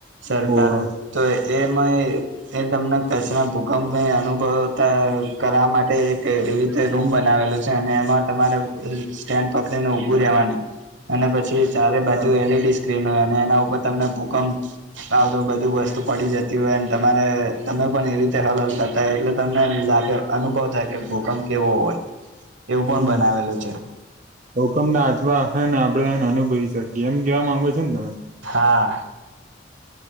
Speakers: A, on the right (about 80°); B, on the right (about 40°).
A: સરકારે
B: હોવે
A: તો એમાં એ, તમને કચ્છના ભૂકંપ અનુભવતા કરવા માટે એક રીતે રૂમ બનાવેલો છે, અને એમાં તમારે સ્ટેન્ડ પકડીને ઉભુ રેવાનુ અને પછી, ચારે બાજુ
B: બરાબર
A: એલઈડી સ્ક્રીન હોય, અને એના ઉપર તમને ભૂકપ આવ તો બધું વસ્તુ પડી જતી, હોય, તમારે તમે પણ એવી રીતે હલ હલ થતા, હો એટલે તમને આગ અનુભવ થાય, કે ભૂકપ કેવો હોય. એવું
B: હમ્મ,
A: પણ બનાવેલું છે
B: ભકમ નાચવા હે આપડેને અનુભાઈ સા કેમ કેવા માંગો છ છેને, તમે
A: હા